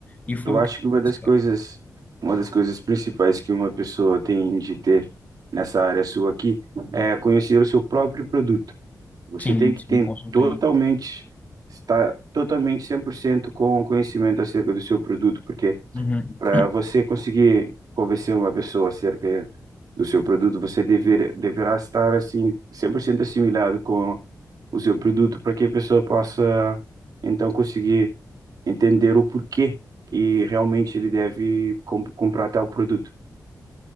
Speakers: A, on the left (about 25°); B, on the right (about 70°).
A: E foi
B: Eu acho
A: o que eu
B: que uma das
A: fiz,
B: coisas,
A: cara.
B: uma das coisas principais que uma pessoa tem de ter nessa área sua aqui é conhecer o seu próprio produto. Você
A: Sim,
B: tem que
A: sim,
B: ter
A: consultei.
B: totalmente, estar totalmente 100% com conhecimento acerca do seu produto, porque
A: Uhum.
B: para você conseguir convencer uma pessoa acerca do seu produto, você dever, deverá estar assim 100% assimilado com o seu produto para que a pessoa possa então conseguir entender o porquê que realmente ele deve com- comprar tal produto.